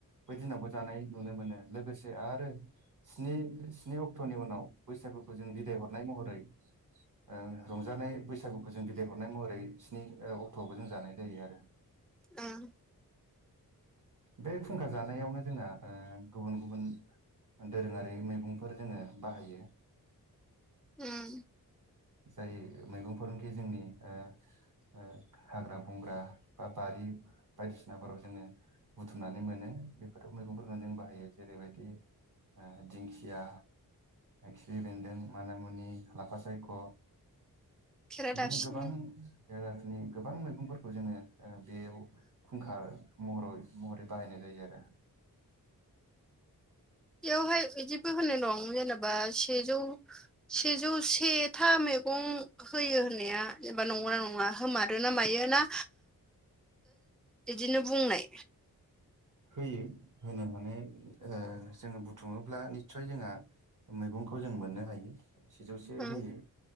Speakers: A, on the right; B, in the centre.
A: बै दिनावबो जानाय नुनो मोनो लोगोसे आरो स्नि स्नि अक्ट'नि उनाव बैसागुखौ जों बिदाय हरनाय महरै ओ रंजानाय बैसागुखौ जों बिदाय हरनाय महरै स्नि अक्ट'आवबो जों जानाय जायो आरो।
B: ओम।
A: बे खुंखा जानायावनो जोंहा ओ गुबुन गुबुन दोरोङारि मैगंफोर जोङो बाहायो।
B: ओम।
A: जाय मैगंफोरानोखि जोंनि ओ ओ हाग्रा बंग्रा बा बारि बायदिसिनाफोराव जोङो बुथुमनानै मोनो बेफोर मैगंफोरखौनो जों बाहायो। जेरैबायदि ओ दिंखिया खिफि बेन्दों मानि मुनि लाफा सायख'
B: खेरादाफिनि
A: बिदिनो गोबां जाथिनि गोबां मैगंफोरखौ जोङो बेयाव खुंखा महरै महरै बाहायनाय जायो आरो।
B: बेवहाय बिदिबो होननाय दं जेनेबा सेजौ सेजौ से था मैगं होयो होननाया जेनेबा नंगौ ना नङा होमारोना मायो ना बिदिनो बुंनाय
A: होयो होनो माने जोङो बुथुुमोब्ला निस्सय जोंहा मैगंखौ जों मोननो हायो सेजौसे
B: ओं
A: होयो।